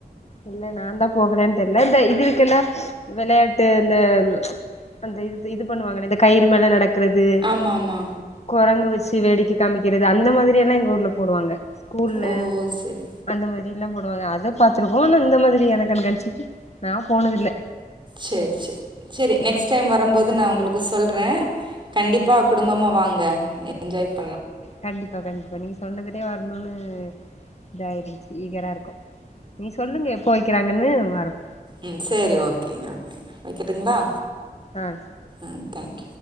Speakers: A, on the left (about 40°); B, on the right (about 30°).
A: இல்ல நான் தான் போகலேன்னு தெரியல இந்த இது இருக்கில்ல விளையாட்டு அ அந்த இது இது பண்ணுவாங்களே இந்த கயிறு மேல நடக்க கிறது
B: ஆமாமா
A: குரங்கு வச்சு வேடிக்கை காமிக்கிறது அந்த மாதிரி எல்லாம் எங்க ஊர்ல போடுவாங்க ஸ்கூல்ல
B: ஓ சரி
A: அந்த மாதிரி எல்லாம் போடுவாங்க அத பாத்துருக்கோம் ஆனா இந்த மாதிரி எனக்கு கண்காட்சிக்கு நான் போனது இல்ல
B: சரி சரி சரி நெக்ஸ்ட் டைம் வரும் போது நா உங்களுக்கு சொல்றேன் கண்டிப்பா குடும்பமா வாங்க பஞ்சாயத்
A: கண்டிப்பா கண்டிப்பா நீங்க சொன்னதுட்டே வரணும்னு இதாயிடுச்சு ஈகரா இருக்கும் நீ சொல்லுங்க எப்போ வைக்கிறாங்கன்னு வரம்
B: உம் சரி ஓகேங்க ஓகேங்க வைக்கட்டுங்களா
A: ஆஹ்
B: ம் தேங்க்யூ